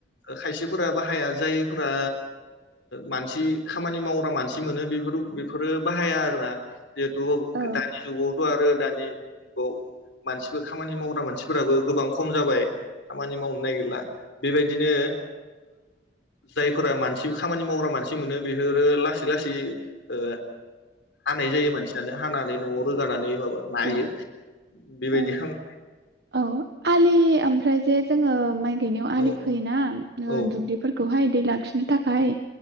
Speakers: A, on the left; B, on the right.
A: खायसेफोरा बाहाया जायफ्रा मानसि खामानि मावग्रा मानसि मोनो बेफोर बेफोरो बाहाया आरो ना। जेथु
B: औ
A: दानि जुगाव आरो दानि जुगाव मानसिफोर खामानि मावग्रा मानसिफोराबो गोबां खम जाबाय खामानि मावनो नागिरला बेबायदिनो जायफोरा मानसि खामानि मावग्रा मानसि मोनो बे बेफोरो लासै लासै ओ हानाय जायो मानसियानो हानानै न'आव रो जानानै नायो।
B: औ
A: बेबायदि
B: औ
A: खाम
B: औ आलि ओमफ्राय जे जोङो माइ गायनायाव
A: खालामनायाव
B: आलि खोयोना
A: औ
B: दुब्लिफोरखौहाय दै लाखिनो थाखाय